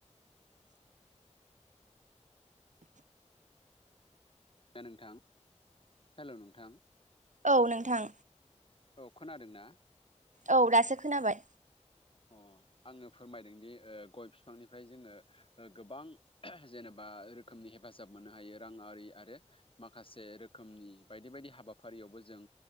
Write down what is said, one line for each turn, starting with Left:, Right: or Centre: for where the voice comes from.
Left: नोंथां हेलौ नोंथां
Right: औ नोंथां।
Left: औ खोनादों ना?
Right: औ दासो खोनाबाय।
Left: अ आङो फोरमायदों दि गय बिफांनिफ्राय जोङो गोबां जेनेबा रोखोमनि हेफाजाब मोननो हायो रांआरि आरो माखासे रोखोमनि बायदि बायदि हाबाफारियावबो जों